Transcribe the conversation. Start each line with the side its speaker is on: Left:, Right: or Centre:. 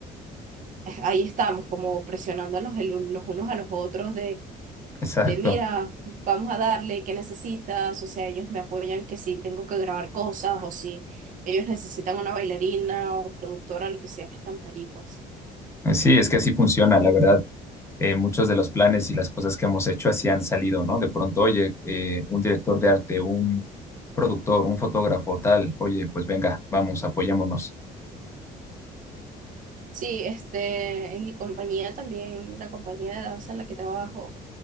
Right: ahí estamos como presionándonos el un- los unos a los otros
Left: exacto.
Right: de mira, vamos a darle, ¿qué necesitas? O sea, ellos me apoyan que si tengo que grabar cosas o si ellos necesitan una bailarina o productora, lo que sea, estamos allí, pues.
Left: Eh, Sí, es que así funciona, la verdad. Eh, muchos de los planes y las cosas que hemos hecho así han salido, ¿no? De pronto, oye, eh, un director de arte, un productor, un fotógrafo, tal, oye, pues venga, vamos, apoyémonos.
Right: Sí, este, en mi compañía también, la compañía de danza en la que trabajo,